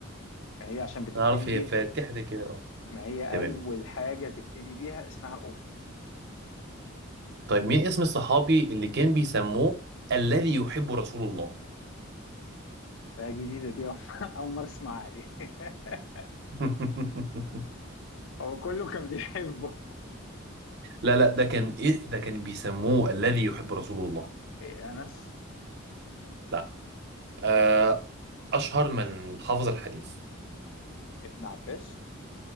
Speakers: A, on the left (about 65°); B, on the right (about 55°).
A: ما هي عشان بتبتدي
B: أنا أعرف
A: بيها
B: هي فاتحة كده أه
A: ما هي
B: تمام
A: أول حاجة تبتدي بيها اسمها أم
B: طيب مين اسم الصحابي اللي كان بيسموه الذي يحب رسول الله
A: ده جديدة دي أول <laughs> أول مرة أسمعها دي <laughs>
B: <laughs>
A: هو كله كان بيحبه
B: لا لا ده كان ايه ده كان بيسموه الذي يحب رسول الله
A: إيه أنس
B: لا آه، اشهر من حافظ الحديث
A: ابن عباس